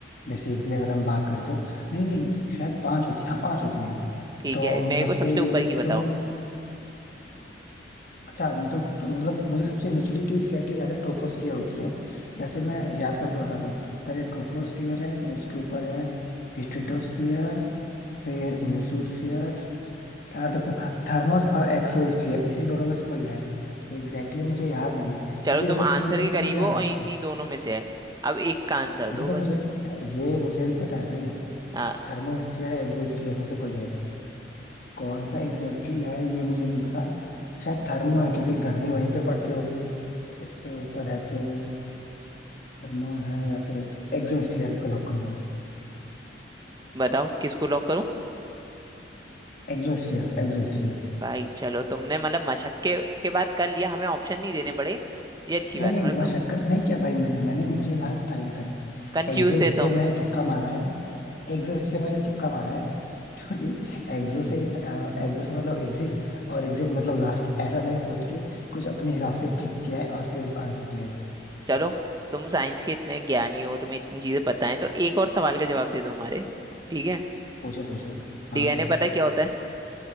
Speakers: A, on the left; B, on the right.
A: बेसिकली अगर हम बात करें तो नहीं नहीं शायद पांच होती हैं हाँ पांच होती हैं
B: ठीक
A: तो
B: है मेरे
A: सबसे
B: को सबसे
A: मतलब
B: ऊपर की
A: एकदम
B: बताओ
A: अच्छा मतलब मतलब मुझे सबसे निचली तो एग्जैक्टली याद है ट्रोपोस्फियर होती है वैसे मैं याद करके बताता हूँ पहले ट्रोपोस्फियर है फिर उसके ऊपर है स्ट्रेटोस्फियर फिर मेसोस्फियर आ, देखो थर्मोस और एक्सोस्फियर इसी दोनों में से कोई है एग्जैक्टली मुझे याद नहीं है
B: चलो
A: क्योंकि देखो
B: तुम आंसर
A: तीन तक
B: के करीब
A: तो मुझे याद
B: हो और
A: है
B: इन्हीं दोनों में से है अब एक का आंसर दो
A: ये तो
B: बस
A: मुझे ये मुझे भी पता है भाई
B: हाँ
A: थर्मोस्फियर है एक्सोस्फियर में से कोई है कौन सा एग्जैक्टली है ये मुझे नहीं पता शायद थर्मो है क्योंकि गर्मी वहीं पे पड़ती होगी सबसे ऊपर है तो थर्मो है या फिर एक्सोस्फीयर को लॉक करो भाई
B: बताओ किसको लॉक करूं
A: एक्सोस्फीयर को एक्सोस्फीयर
B: भाई चलो तुमने मतलब मशक्कत के बाद कर लिया हमें ऑप्शन नहीं देने पड़े ये अच्छी
A: नहीं
B: बात
A: नहीं
B: है मतलब
A: मशक्कत
B: तुम
A: नहीं किया भाई मैंने मैंने मुझे याद था इनफैक्ट
B: कंफ्यूज
A: एक्सोस्फीयर
B: थे तुम
A: मैंने तुक्का मारा है एक्सोस्फीयर मैंने तुक्का मारा है क्योंकि एक्सो से एक्सो से मतलब एग्जिट और एग्जिट मतलब लास्ट ऐसा मैंने सोच के कुछ अपने हिसाब से ट्रिक किया है और फिर आंसर किया है
B: चलो तुम साइंस के इतने ज्ञानी हो तुम्हें इतनी चीजें पता है तो एक और सवाल का जवाब दे दो हमारे ठीक है
A: पूछो पूछो
B: डीएनए
A: हाँ
B: पता है क्या होता है